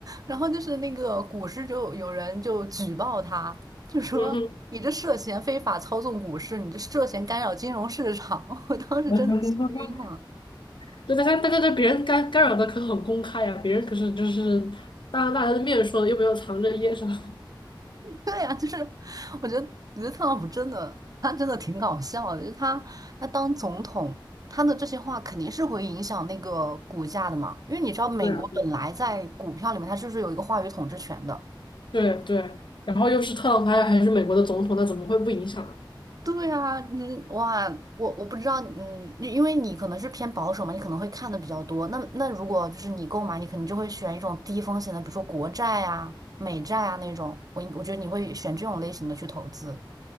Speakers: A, on the right (about 45°); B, on the left (about 70°).
A: 然后就是那个股市就有人就举报他，就说你这涉嫌非法操纵股市，
B: 嗯哼。
A: 你这涉嫌干扰金融市场。<laughs> 我当时真的笑晕了。
B: <laughs> 对，大家大家对别人干干扰的可很公开呀、别人可是就是当着大家的面说的，又没有藏着掖着。<laughs>
A: 对呀，就是我觉得我觉得特朗普真的他真的挺搞笑的，就是他他当总统，他的这些话肯定是会影响那个股价的嘛，因为你知道美国本来在股票里面它就是有一个话语统治权的。
B: 对啊，对啊对对，然后又是特朗普，还还是美国的总统，那怎么会不影响呢？
A: 对啊，你哇，我我不知道，嗯，因为你可能是偏保守嘛，你可能会看的比较多。那那如果就是你购买，你肯定就会选一种低风险的，比如说国债啊、美债啊那种。我我觉得你会选这种类型的去投资。